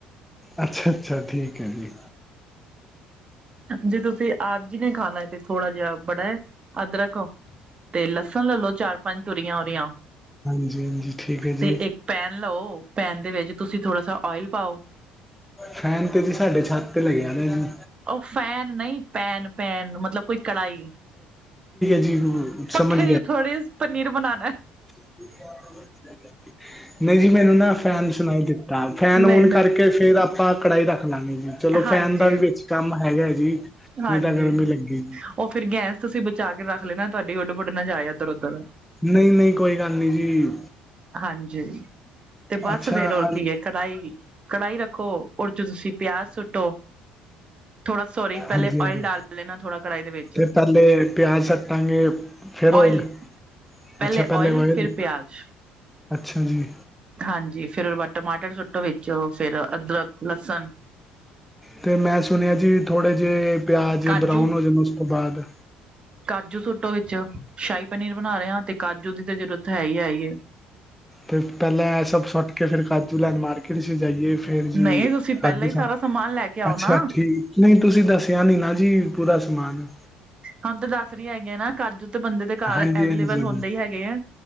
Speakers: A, in the centre; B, on the right.
A: ਅੱਛਾ-ਅੱਛਾ ਠੀਕ ਏ ਜੀ।
B: ਜੇ ਤੁਸੀ ਆਪ ਜੀ ਨੇ ਖਾਨੈ, ਤੇ ਥੋੜਾ ਜੇਯਾ ਬੜੈ ਅਦਰਕ ਤੇ ਲਸਨ ਲੱਲੋ ਚਾਰ-ਪਾਂਜ ਤੁਰੀਯਾਂ ਓਦੀਆਂ
A: ਹਾਂਜੀ-ਹਾਂਜੀ, ਠੀਕ ਐ ਜੀ।
B: ਤੇ ਏਕ ਪੈਨ ਲਓ, ਪੈਨ ਦੇ ਵਿੱਚ ਤੁਸੀ ਥੋੜਾ ਸਾ ਓਏਲ ਪਾਓ।
A: ਫੈਨ ਤੇ ਜੀ ਸਾਡੇ ਛੱਤ ਤੇ ਲਗਯਾ ਦੈਜੀ।
B: ਓ ਫੈਨ ਨਈ ਪੈਨ, ਪੈਨ ਮਤਲਬ ਕੋਈ ਕੜਾਈ,
A: ਜੀ
B: ਪੱਖੇ
A: ਸਮਝ
B: ਤੇ ਥੋੜੇ ਪਨੀਰ ਬਨਾਨੈ।
A: <inaudible> ਨਈ ਜੀ ਮੈਨੂੰ ਨਾ ਫੈਨ ਸੁਨਾਈ ਦਿੱਤਾ, ਫੈਨ
B: ਨਹੀਂ
A: ਓਨ
B: ਨਹੀਂ
A: ਕਰਕੇ ਫੇਰ ਆਪ ਆਪਾਂ ਕੜਾਈ ਰੱਖ ਲਾਂਗੇ ਜੀ, ਚਲੋ
B: ਹਾਂਜੀ
A: ਫੈਨ ਦਾ ਵੀ ਵੇੱਚ ਕੱਮ ਹੈਗੈ ਜੀ।
B: ਹਾਂਜੀ,
A: ਨਹੀਂ ਤਾਂ ਗਰਮੀ ਲੱਗੀ
B: ਓ ਫੇਰ ਗੈਸ ਤੁਸੀ ਬਚਾ ਕੇ ਰੱਖ ਲੈਨਾ, ਤੁਆਡੀ ਓੱਡ-ਪੁੱਡ ਨਾ ਜਾਏ ਐੱਦਰ-ਓਦਰ।
A: ਨਈ-ਨਈ, ਕੋਈ ਗਾੱਲ ਨੀ ਜੀ।
B: ਹਾਂਜੀ, ਤੇ ਬੱਸ
A: ਅੱਛਾ
B: ਫੇਰ ਓਰ
A: ਅਲ-
B: ਕੀ ਏ ਕੜਾਈ ਕੜਾਈ ਰੱਖੋ, ਓਦੇ ਚ ਤੁਸੀ ਪਯਾਜ ਸੁੱਟੋ। ਥੋੜਾ ਸੋਰੀ, ਪੈਲੇ
A: ਹਾਂਜੀ ਹਾਂਜੀ
B: ਓਇਲ ਡਾਲ ਲੇਨਾ ਥੋੜਾ ਕੜਾਈ ਦੇ ਵੇੱਚ।
A: ਤੇ ਪਹਿਲੇ ਪਿਆਜ਼ ਸੱਟਾਂਗੇ ਫਿਰ
B: ੳਇਲ,
A: ਓਇਲ
B: ਪੈਲੇ
A: ਅੱਛਾ ਪਹਿਲੇ
B: ੳਇਲ
A: ਓਇਲ
B: ਫਿਰ ਪਿਆਜ।
A: ਅੱਛਾ ਜੀ
B: ਹਾਂਜੀ ਫੇਰ ਓਦੇ ਬਾਦ ਟਮਾਟਰ ਸੁੱਟੋ ਵਿੱਚ ਫੇਰ ਅਦਰਕ, ਲਸਣ
A: ਤੇ ਮੈਂ ਸੁਣਿਆ ਜੀ ਥੋੜ੍ਹੇ ਜਿਹੇ ਪਿਆਜ
B: ਕਾਜੂ
A: ਬਰਾਊਨ ਹੋ ਜਾਣ ਓਸ ਤੋਂ ਬਾਅਦ
B: ਕਾਜੂ ਸੁੱਟੋ ਵਿੱਚ ਸ਼ਾਹੀ ਪਨੀਰ ਬਣਾ ਰੇਆ, ਤੇ ਕਾਜੂ ਦੀ ਤਾਂ ਜਰੂਰਤ ਹੈਈ ਹੈਈਏ।
A: ਫੇਰ ਪੈਲਾਂ ਐ ਸਭ ਸੂਟ ਕੇ ਫਿਰ ਕਾਜੂ ਲੈਨ ਮਾਰਕੀਟ ਚ ਜਾਈਏ ਫ ਫੇਰ
B: ਨਹੀਂ
A: ਜੀ,
B: ਤੁਸੀਂ ਪਹਿਲਾਂ
A: ਕਾਜੂ
B: ਹੀ ਸਾਰਾ
A: ਸਾਮਣੇ
B: ਸਮਾਨ ਲੈ ਕੇ ਆਓ
A: ਅੱਛਾ
B: ਨਾ
A: ਠੀਕ ਨਈਂ ਤੁਸੀਂ ਦੱਸਿਆ ਨੀ ਨਾ ਜੀ, ਪੂਰਾ ਸਮਾਨ।
B: ਹੁਣ ਤਾਂ ਦੱਸ ਰੀ ਹੈਗੀ ਆਂ ਨਾਂ, ਕਾਜੂ ਤੇ ਬੰਦੇ ਦੇ ਘਰ
A: ਹਾਂਜੀ
B: ਐਵੇਲੇਬਲ
A: ਹਾਂਜੀ
B: ਹੁੰਦੇ ਈਂ ਹੈਗੇ ਆ।